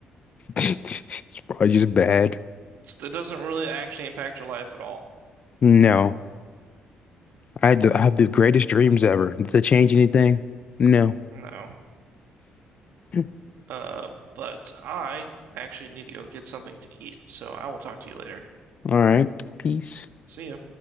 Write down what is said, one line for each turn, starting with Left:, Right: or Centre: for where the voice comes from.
Left: It's probably just bad.
Right: it's, it doesn't really actually impact your life at all.
Left: No, I had the, I have the greatest dreams ever. Does that change anything? No.
Right: No.
Left: All
Right: Uh, but I actually need to go get something to eat, so I will talk to you later.
Left: right. Peace.
Right: See ya.